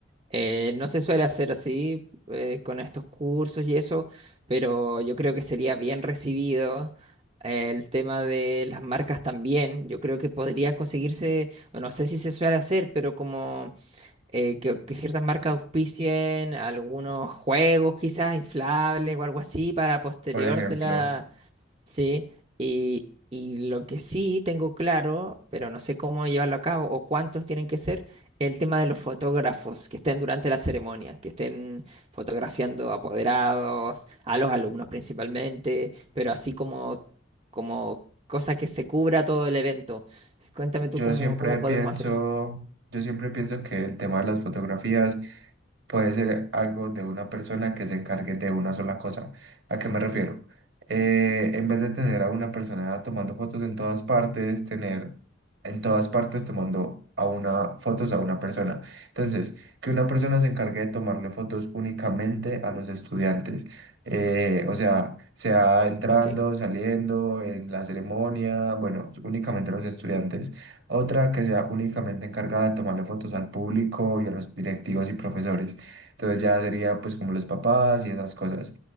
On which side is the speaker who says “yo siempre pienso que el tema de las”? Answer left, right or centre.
Right